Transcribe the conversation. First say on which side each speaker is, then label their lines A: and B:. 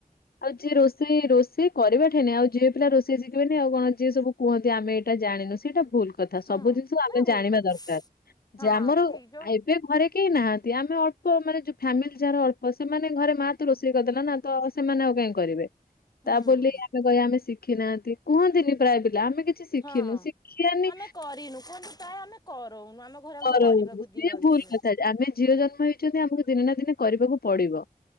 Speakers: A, on the left; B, on the left.
A: ଆଉ ଯିଏ ରୋଷେଇ ରୋଷେଇ କରିବା ଠେନି ଆଉ ଯେ ପିଲା ରୋଷେଇ ଶିଖିବେନି ଆଉ କଣ ଯିଏ ସବୁ କୁହନ୍ତି ଆମେ ଏଇଟା ଜାଣିନୁ ସେଟା ଭୁଲ୍। କଥା
B: ହୁଁ
A: ସବୁ ଜିନିଷ ଆମେ
B: ଏଟା ଭୁଲ
A: ଜାଣିବା
B: କଥା।
A: ଦରକାର।
B: ହଁ
A: ଯେ ଆମର
B: ଠିକ ଯୋଉ
A: ଆଇପ୍ ଏବେ ଘରେ କେହି ନାହାନ୍ତି? ଆମେ ଅଳ୍ପ ମାନେ ଯୋଉ ଫ୍ୟାମିଲି ଯାହାର ଅଳ୍ପ ସେମାନେ ଘରେ ମା ତ ରୋଷେଇ ରୋଷେଇ କରିଦେଲା ନା ତ ସେମାନେ ଆଉ କାହିଁ କରିବେ।
B: ହୁଁ
A: ତା ବୋଲି ଆମେ କହବା ଆମେ ଶିଖିନାହାନ୍ତି କୁହନ୍ତିନି। ପ୍ରାୟ ପିଲା ଆମେ କିଛି ଶିଖିନୁ
B: ହଁ
A: ଶିଖିବାନି
B: ଆମେ କରିନୁ କୁହନ୍ତି ପ୍ରାୟ ଆମେ କରଉନୁ। ଆମ ଘରେ
A: କରନ୍ତି।
B: ମୁଁ କରିବାକୁ
A: ସିଏ
B: ଦିଅନ୍ତିନି
A: ଭୁଲ କଥା ଆମେ ଝିଅ ଜନ୍ମ ହେଇଛନ୍ତି ଆମକୁ ଦିନେ ନା ଦିନେ କରିବାକୁ ପଡ଼ିବ।